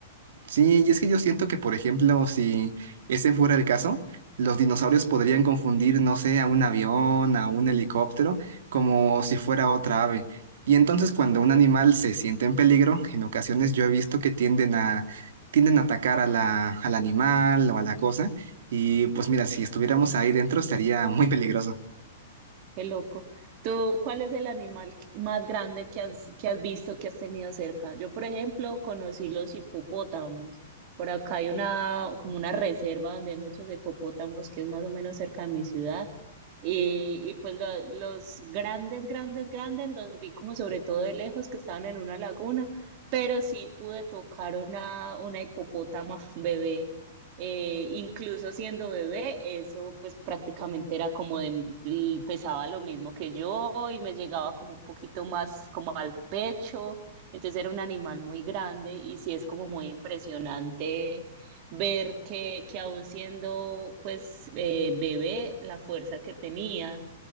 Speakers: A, on the right; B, on the right.
A: Sí, y es que yo siento que, por ejemplo, si ese fuera el caso, los dinosaurios podrían confundir, no sé, a un avión, a un helicóptero, como si fuera otra ave. Y entonces cuando un animal se siente en peligro, en ocasiones yo he visto que tienden a, tienden a atacar a la, al animal o a la cosa. Y pues mira, si estuviéramos ahí dentro sería muy peligroso.
B: Qué loco. ¿Tú cuál es el animal que- más grande que has, que has visto, que has tenido cerca? Yo, por ejemplo, conocí los hipopótamos. Por acá hay una, como una reserva donde hay muchos hipopótamos, que es más o menos cerca de mi ciudad. Y, y pues lo- los grandes, grandes, grandes los vi como sobre todo de lejos que estaban en una laguna, pero sí pude tocar una, una hipopótama <laughs> bebé. Eh, incluso siendo bebé, eso pues prácticamente era como de, l- pesaba lo mismo que yo y me llegaba como un poquito más como al pecho, entonces era un animal muy grande y sí es como muy impresionante ver que, que aún siendo pues eh, bebé, la fuerza que tenía